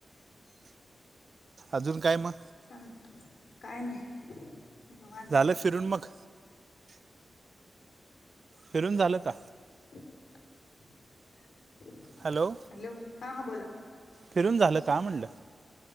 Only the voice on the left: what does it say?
चा काय नाही वात
<inaudible>
हॅलो हां हां बोला